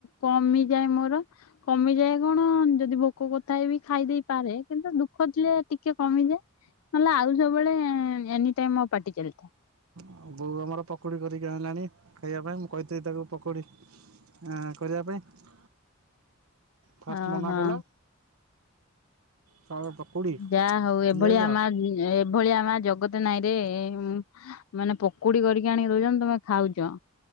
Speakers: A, on the left; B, on the right.
A: କମିଯାଏ। ମୋର କମିଯାଏ କଣ ଯଦି ଭୋକ କରୁଥାଏ ବି ଖାଇ ଦେଇପାରେ କିନ୍ତୁ ଦୁଃଖ ଥିଲେ ଟିକେ କମିଯାଏ। ନଲେ ଆଉ ସବୁବେଳେ ଏନିଟାଇମ୍‌ ମୋ ପାଟି ଚାଲିଥାଏ।
B: ଆଉ ବୋଉ ଆମର ପକୁଡ଼ି କରିକି ଆଇଲାଣି ଖାଇବା ପାଇଁ ମୁଁ କହିଥିଲି ତାକୁ ପକୁଡ଼ି ଆଁ କରିବା ପାଇଁ ଫାଷ୍ଟ
A: ହଁ
B: ମନା
A: ହଁ
B: କଲା ତାପରେ ପକୁଡ଼ି
A: ଯାହା ହଉ ଏଭଳିଆ
B: ପିଆଜ
A: ମା ଏଭଳିଆ ମା ଜଗତ ନାଇଁ ରେ ଉଁ ମାନେ ପକୁଡ଼ି କରିକି ଆଣିକି ଦଉଚନୀ ତମେ ଖାଉଚ।